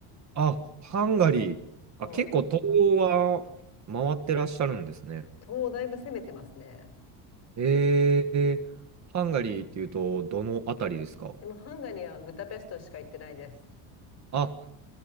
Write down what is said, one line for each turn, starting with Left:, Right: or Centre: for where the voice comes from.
Right: あ、ハンガリー。あ、
Left: はい。
Right: 結構東欧は回ってらっしゃるんですね。
Left: 東だいぶ攻めてますね。
Right: えー、ハンガリーっていうと、どのあたりですか
Left: でもハンガリーはブダペストしか行ってないです。
Right: あ、